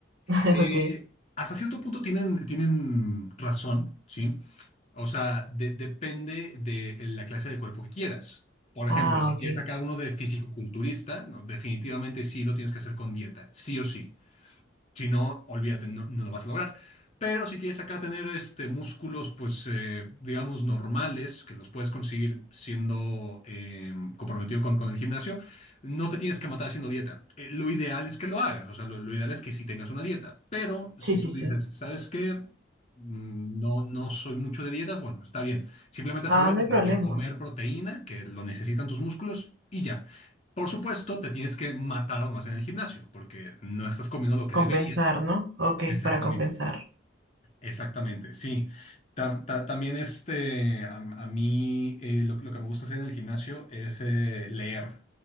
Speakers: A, on the right; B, on the left.
A: <laughs>
B: Eh,
A: Ok.
B: hasta cierto punto tienen, tienen razón, ¿sí? O sea, de- depende de la clase de cuerpo que quieras. Por
A: Ah,
B: ejemplo, si
A: ok.
B: quieres acá uno de fisicoculturista, no, definitivamente sí lo tienes que hacer con dieta, sí o sí. Si no, olvídate, no, no lo vas a lograr. Pero si quieres acá tener este, músculos, pues eh, digamos normales, que los puedes conseguir siendo eh, comprometido con, con el gimnasio, no te tienes que matar haciendo dieta. Eh, lo ideal es que lo hagas, o sea, lo, lo ideal es que sí tengas una dieta. Pero si
A: Sí, sí,
B: tú dices,
A: sí.
B: ¿sabes qué? Mm, No, no soy mucho de dietas, bueno, está bien. Simplemente
A: Ah,
B: asegúrate
A: no hay
B: de
A: problema.
B: de comer proteína, que lo necesitan tus músculos, y ya. Por supuesto, te tienes que matar más en el gimnasio, porque no estás comiendo lo que
A: Compensar,
B: deberías.
A: ¿no? Ok,
B: Exactamente,
A: para compensar.
B: exactamente, sí. Ta- ta- también este, a, a mí eh, lo, lo que me gusta hacer en el gimnasio es eh, leer.